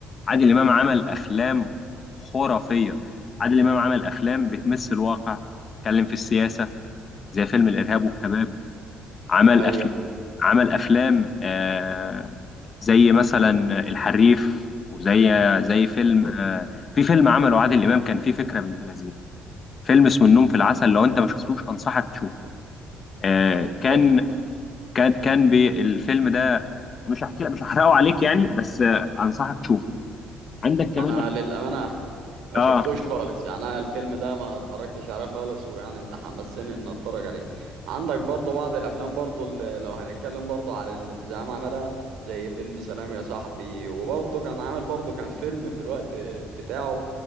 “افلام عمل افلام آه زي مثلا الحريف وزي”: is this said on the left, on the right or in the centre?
Left